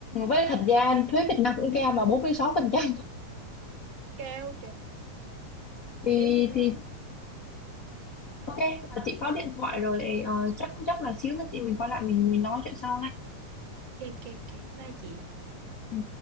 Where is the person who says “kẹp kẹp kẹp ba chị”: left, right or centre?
Right